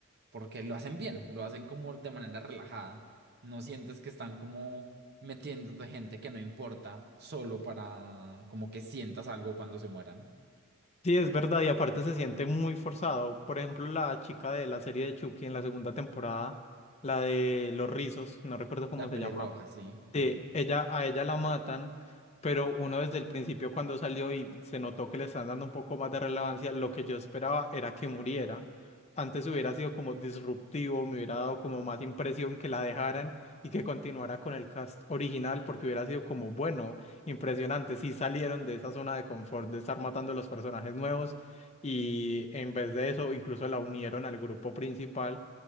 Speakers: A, on the right; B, on the left.
A: porque lo hacen bien, lo hacen como de manera relajada. No sientes que están como metiéndote gente que no importa, solo para como que sientas algo cuando se mueran.
B: Sí, es verdad, y aparte se siente muy forzado. Por ejemplo, la chica de la serie de Chucky en la segunda temporada, la de los rizos, no recuerdo cómo
A: La
B: se
A: pelirroja,
B: llamaba.
A: sí.
B: Sí, ella, a ella la matan, pero uno desde el principio cuando salió y se notó que le están dando un poco más de relevancia, lo que yo esperaba era que muriera. Antes hubiera sido como disruptivo, me hubiera dado como más impresión que la dejaran y que continuara con el cast original porque hubiera sido como, bueno, impresionante. si salieron de esa zona de confort de estar matando a los personajes nuevos y en vez de eso incluso la unieron al grupo principal